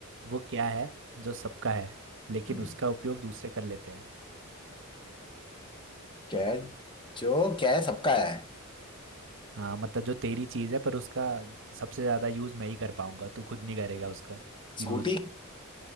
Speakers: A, on the right; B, on the left.
A: वो क्या है जो सबका है लेकिन
B: हम्म,
A: उसका उपयोग दूसरे कर लेते हैं
B: क्या है? जो क्या है सबका है
A: हाँ मतलब जो तेरी चीज़ है पर उसका सबसे ज़्यादा यूज़ मैं ही कर पाऊंगा तू खुद नहीं करेगा उसका
B: स्कूटी
A: यूज़